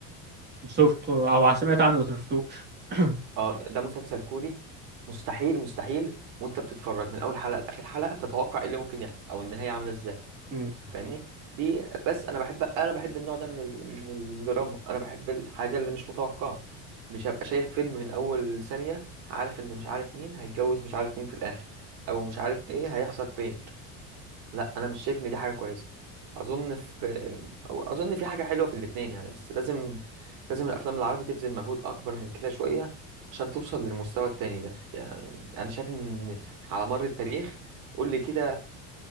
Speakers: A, on the right; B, on the right.
A: شفت او سمعت عنه بس مشفتوش <clears throat>
B: اه ده مسلسل كوري مستحيل مستحيل وانت بتتفرج من اول حلقه لاخر حلقه تتوقع ايه اللي ممكن يحصل او النهايه عامله ازاي
A: مم.
B: فاهمني دي بس انا بحب انا بحب النوع ده من ال... من الدراما انا بحب الحاجه اللي مش متوقعه مش هبقى شايف فيلم من اول ثانيه عارف ان مش عارف مين هيتجوز مش عارف مين في الاخر او مش عارف ايه هيحصل فين لا انا مش شايف ان دي حاجه كويسه اظن في أو اظن في حاجه حلوه في الاتنين يعني بس لازم لازم الافلام العربي تبذل مجهود اكبر من كده شويه عشان توصل للمستوى التاني ده يعني انا شايف ان على مر التاريخ قول لي كده